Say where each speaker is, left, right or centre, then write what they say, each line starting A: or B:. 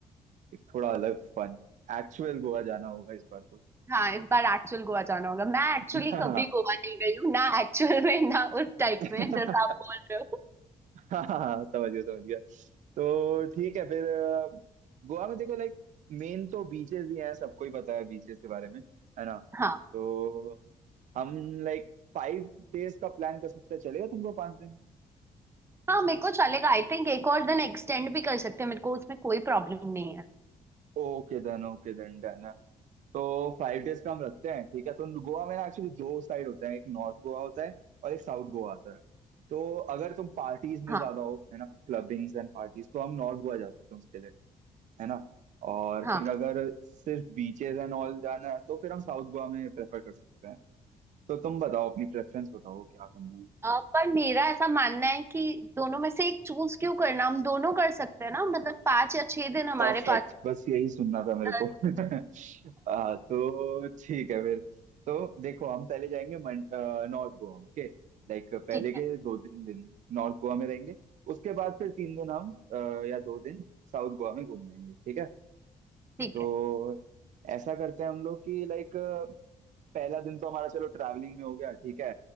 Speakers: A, on the right; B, on the right.
A: एक थोड़ा अलग फन एक्चुअल गोवा जाना होगा इस बार तो
B: हाँ इस बार एक्चुअल गोवा जाना होगा मैं एक्चुअली
A: <laughs>
B: कभी गोवा नहीं गई हूँ ना एक्चुअल में ना उस टाइप
A: हाँ
B: में जैसा आप बोल रहे हो
A: हाँ समझ गया समझ गया तो ठीक है फिर अ, गोवा में देखो लाइक मेन तो बीचेस ही हैं सबको ही पता है बीचेस के बारे में है ना
B: हाँ
A: तो हम लाइक फाइव डेज का प्लान कर सकते हैं चलेगा तुमको पांच दिन
B: हाँ मेरे को चलेगा आई थिंक एक और दिन एक्सटेंड भी कर सकते हैं मेरे को उसमें कोई प्रॉब्लम नहीं है
A: Okay then okay then done. तो फाइव डेज का हम रखते हैं ठीक है तो गोवा में ना एक्चुअली दो साइड होता है एक नॉर्थ गोवा होता है और एक साउथ गोवा आता है तो अगर तुम पार्टीज में
B: हाँ
A: ज्यादा हो है ना क्लबिंग्स एंड पार्टीज तो हम नॉर्थ गोवा जा सकते हैं उसके लिए है ना और
B: हाँ
A: फिर अगर सिर्फ बीचेस एंड ऑल जाना है तो फिर हम साउथ गोवा में प्रेफर कर सकते हैं तो तुम बताओ अपनी प्रेफरेंस बताओ क्या करना है
B: अ, पर मेरा ऐसा मानना है कि दोनों में से एक चूज क्यों करना हम दोनों कर सकते हैं ना मतलब पाँच या छह दिन हमारे
A: परफेक्ट
B: पास
A: बस यही सुनना था मेरे
B: अ,
A: को <laughs> आ, तो ठीक है फिर तो देखो हम पहले जाएंगे मन- अ, नॉर्थ गोवा ओके लाइक पहले
B: ठीक
A: के
B: है
A: दो तीन दिन नॉर्थ गोवा में रहेंगे उसके बाद फिर तीन दिन हम अ, या दो दिन साउथ गोवा में घूम लेंगे ठीक है
B: ठीक
A: तो
B: है
A: ऐसा करते हैं हम लोग कि लाइक पहला दिन तो हमारा चलो ट्रैवलिंग में हो गया ठीक है